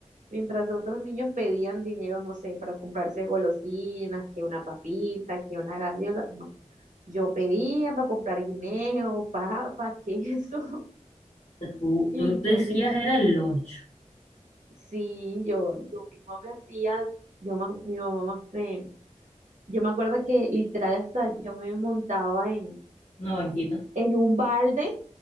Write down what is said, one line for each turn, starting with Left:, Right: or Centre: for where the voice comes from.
Right: mientras otros niños pedían dinero, no sé, para comprarse golosinas, que una papita, que una gaseosa, no. Yo pedía para comprar guineo, papa, queso, <laughs>
Left: Tú,
Right: y
Left: tú decías
Right: yo me,
Left: era el lunch,
Right: sí, yo, yo misma me hacía, yo, ma- mi mamá me Yo me acuerdo que literal hasta yo me montaba en,
Left: una banquita,
Right: en un balde